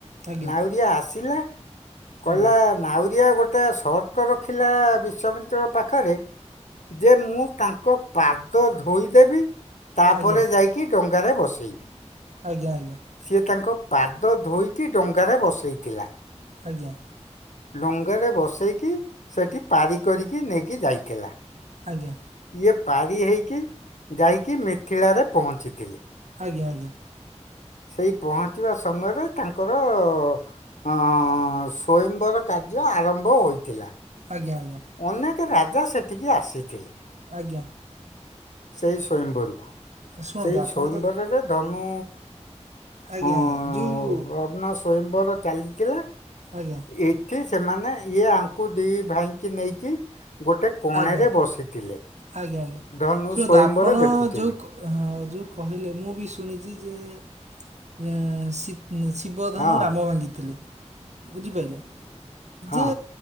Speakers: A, on the right; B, on the left.
A: ଆଜ୍ଞା
B: ନାଉରିଆ ଆସିଲା, କହିଲା
A: ଆଜ୍ଞା ଆଜ୍ଞା
B: ନାଉରିଆ ଗୋଟେ ଗୋଟେ ସର୍ତ ରଖିଲା ବିଶ୍ୱାମିତ୍ର ପାଖରେ ଯେ ମୁଁ ତାଙ୍କ ପାଦ ଧୋଇଦେବି। ତାପରେ
A: ଆଜ୍ଞା
B: ଯାଇକି ଡଙ୍ଗାରେ ବସେଇବି।
A: ଆଜ୍ଞା, ଆଜ୍ଞା।
B: ସିଏ ତାଙ୍କ ପାଦ ଧୋଇକି ଡଙ୍ଗାରେ ବସେଇଥିଲା।
A: ଆଜ୍ଞା!
B: ଡଙ୍ଗା ରେ ବସେଇକି ସେଠି ପାରି କରିକି ନେଇକି ଯାଇଥିଲା।
A: ଆଜ୍ଞା।
B: ଇଏ ପାରି ହେଇକି ଯାଇକି ମିଥିଳାରେ ପହଞ୍ଚିଥିଲେ।
A: ଆଜ୍ଞା ଆଜ୍ଞା।
B: ସେଇ ପହଞ୍ଚିବା ସମୟରେ ତାଙ୍କର ହଁ ହଁ ଅ ସ୍ଵୟମ୍ବର କାର୍ଯ୍ୟ ଆରମ୍ଭ ହୋଇଥିଲା।
A: ଆଜ୍ଞା, ଆଜ୍ଞା।
B: ଅନେକ ରାଜା ସେଠିକି ଆସିଥିଲେ।
A: ଆଜ୍ଞା।
B: ସେଇ ସ୍ଵୟମ୍ବରକୁ।
A: ଶୁଣନ୍ତୁ
B: ସେଇ
A: ଆପଣ
B: ସ୍ଵୟମ୍ବରରେ
A: ତ
B: ଧନୁ
A: ଆଜ୍ଞା
B: ହଁ
A: ଆଜ୍ଞା ଯୋଉ
B: ଲଗନ ସ୍ବୟମ୍ବର ଚାଲିଥିଲା,
A: ଆଜ୍ଞା
B: ଏ ଏଠି ସେମାନେ ଇଏ ଆଙ୍କୁ ଦିଇ ଭାଇଙ୍କି ନେଇକି ଗୋଟେ କଣରେ
A: ଆଜ୍ଞା
B: ବସିଥିଲେ।
A: ଆଜ୍ଞା।
B: ଧନୁ
A: ଶୁଣନ୍ତୁ
B: ସ୍ଵୟଂବର
A: ଆପଣ
B: ଦେଖୁଥିଲେ।
A: ଯଉ ହଁ, ଯୋଉ କହିଲେ ମୁଁ ବି ଶୁଣିଛି ଯେ ସି୍ ସି୍ ଶିବଧନୁ
B: ହଁ
A: ରାମ ଭାଙ୍ଗିଥିଲେ। ବୁଝିପାରିଲେ,
B: ହଁ
A: ଯେ